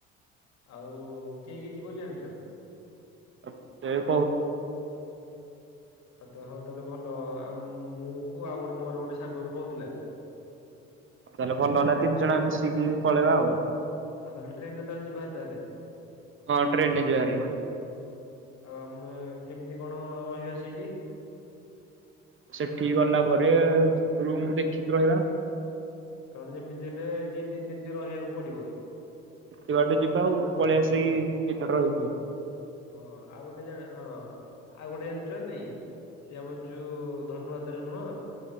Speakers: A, on the left; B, on the right.
A: ଆଉ କିଏ କିଏ ଯିବ ବୋଲି ଭାବିଛ?
B: ଆଚ୍ଛା।
A: ଆ ତ ହଁ ତାହେଲେ ଭଲ ଆ ମୁଁ କୁ ଆଉ ଗୋଟେ ମୋର ଗୋଟେ ସାଙ୍ଗବି କହୁଥିଲା
B: ହଉ ତାହେଲେ ଭଲ ହେଲା ତିନି ଜଣ ମିଶିକି ପଳେଇବା ଆଉ।
A: ଆଉ ତାହେଲେ ଟ୍ରେନରେ ତାହେଲେ ଯିବା ଭାରି ତାହେଲେ
B: ହଁ ଟ୍ରେନରେ ଯିବାଭାରି।
A: ଆଉ ଆମେ- କେମିତି କଣ ରହିବା ସେଇଠି?
B: ସେଠି ଗଲା ପରେ ରୁମ ଦେଖିକି ରହିବା।
A: କାରଣ ଯେମିତି ହେଲେ ଦି ତିନି ଦିନ ଟେ ରହିବାକୁ ପଡିବ।
B: ସେତ ବାଟୁ ଯିବା ଆଉ ପଳେଇ ଆସିକି ଚହନଟ ରଇଯିବା।
A: ହଁ ଆଉ ଗୋଟେ ଜାଣ ହଁ ଆଉ ଗୋଟେ ଜାଣିଛ ନାଇଁ ସେ ଆମର ଯୋଉ ଧନୁଯାତ୍ରାରେ ନୁହଁ?